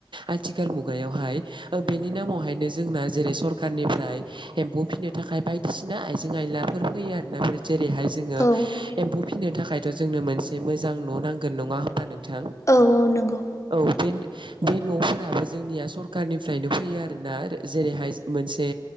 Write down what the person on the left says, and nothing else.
औ
औ औ नंगौ